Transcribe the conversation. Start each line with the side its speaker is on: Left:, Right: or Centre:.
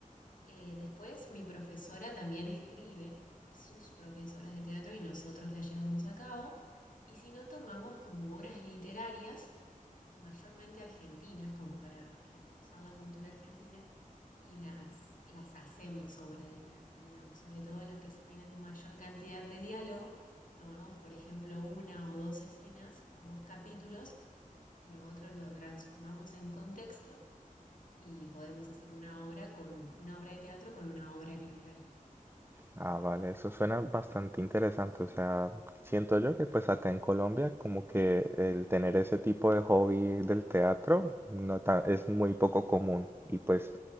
Left: Eh, después, mi profesora también escribe sus propias obras de teatro y nosotros las llevamos a cabo, y si no, tomamos como obras literarias mayormente argentinas, como para reforzar la cultura argentina, y las, las hacemos obra de teatro, digamos, sobre todo las que tienen mayor cantidad de diálogo. Tomamos, por ejemplo, una o dos escenas o dos capítulos, lo otro lo transformamos en contexto y podemos hacer una obra con una obra de teatro con una obra literaria.
Right: Ah, vale, eso suena bastante interesante. O sea, siento yo que pues acá en Colombia como que el tener ese tipo de hobby del teatro no ta- es muy poco común. Y pues